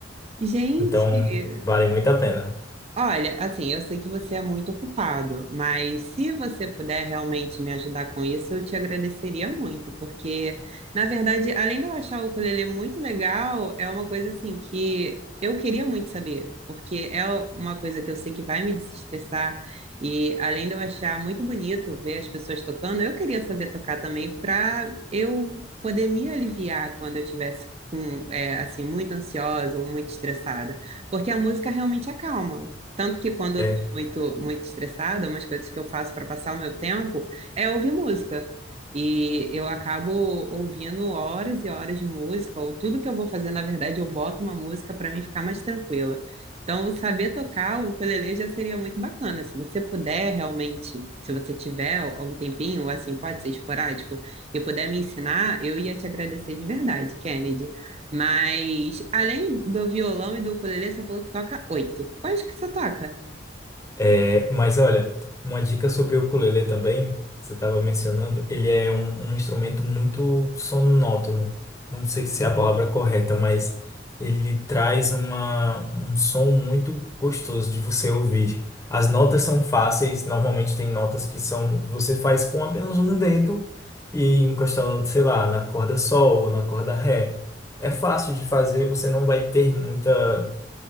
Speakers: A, on the right; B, on the left.
A: Gente,
B: Então, vale muito a pena.
A: Olha, assim, eu sei que você é muito ocupado, mas se você puder realmente me ajudar com isso, eu te agradeceria muito, porque, na verdade, além de eu achar o ukulele muito legal, é uma coisa assim que eu queria muito saber, porque é uma coisa que eu sei que vai me desestressar, e além de eu achar muito bonito ver as pessoas tocando, eu queria saber tocar também para eu poder me aliviar quando eu tivesse com, é, assim, muito ansiosa ou muito estressada. Porque a música realmente acalma. Tanto que quando eu
B: É.
A: tô muito, muito estressada, umas coisas que eu faço para passar o meu tempo é ouvir música. E eu acabo ouvindo horas e horas de música, ou tudo que eu vou fazer, na verdade, eu boto uma música para mim ficar mais tranquila. Então, saber tocar o ukulele já seria muito bacana. Se você puder realmente, se você tiver algum tempinho, assim, pode ser esporádico, e puder me ensinar, eu ia te agradecer de verdade, Kennedy. Mas, além do violão e do ukulele, você falou que toca oito. Quais que você toca?
B: É, mas olha, uma dica sobre o ukulele também, você estava mencionando, ele é um, um instrumento muito sonótono. Não sei se é a palavra correta, mas ele traz uma, um som muito gostoso de você ouvir. As notas são fáceis, normalmente tem notas que são, você faz com apenas um dedo e encostando, sei lá, na corda sol ou na corda ré. É fácil de fazer, você não vai ter muita